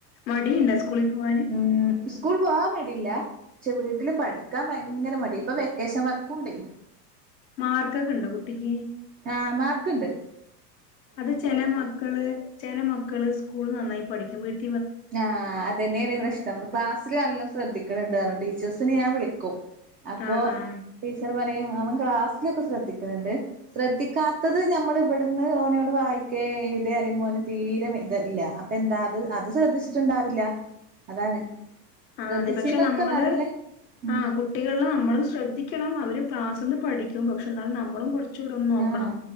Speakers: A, on the left; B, on the right.
A: മടിയുണ്ടോ സ്കൂളിൽ പോവാന്
B: ഉം സ്കൂൾ പോവാൻ മടിയില്ല. പക്ഷേ വീട്ടില്‌പഠിക്കാൻ ഭയങ്കരമടിയിപ്പൊ വെക്കേഷൻ വർക്കുണ്ടേ
A: മാർക്കൊക്കെയുണ്ടോ കുട്ടിക്ക്
B: ആഹ് മാർക്കുണ്ട്.
A: അതു ചിലമക്കള് ചില മക്കള് സ്കൂളിൽനന്നായി പഠിക്കും വീട്ടി
B: ആഹ് അതു തന്നെയാണ് പ്രശ്നം ക്ലാസ്സില് നല്ല ശ്രദ്ധിക്കണുണ്ട് ടീച്ചേഴ്സിനെ ഞാൻ വിളിക്കും അപ്പൊ
A: ആഹ് ആഹ്
B: ടീച്ചറുപറയും അവൻ ക്ലാസ്സിലൊക്കെ ശ്രദ്ധിക്കുന്നുണ്ട്. ശ്രദ്ധിക്കാത്തതു ഞമ്മൾ ഇവിടുന്ന് ഓനോടു വായിക്ക് എഴുത് പറയുമ്പോ ഓന് തീരെ മീ മീച്ചമില്ല അപ്പ എന്തായത് അത് ശ്രദ്ധിച്ചിട്ടുണ്ടാവില്ല അതാണ്
A: ആഹ്
B: ശ്രദ്ധിച്ചീനൊക്കെ
A: അതുപക്ഷേ നമ്മള്
B: നല്ല ഉം
A: ആഹ് കു കുട്ടികളെ നമ്മളും ശ്രദ്ധിക്കണം അവര് ക്ലാസ്സിൽ നിന്ന് പഠിക്കും പക്ഷേ എന്നാലും നമ്മളും കുറച്ച് കുച്ചൂടെന്ന് നോക്കണം
B: ആഹ്